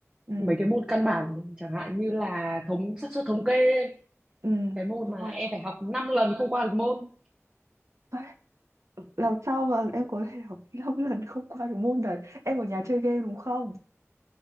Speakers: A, on the right; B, on the right.
A: ừ,
B: mấy cái môn căn bản chẳng hạn như là thống xác suất thống kê
A: ừ,
B: cái môn
A: đúng
B: mà
A: rồi.
B: em phải học 5 lần không qua được môn
A: Phải, Làm sao mà em có thể học 5 lần không qua được môn đấy? Em ở nhà chơi game đúng không?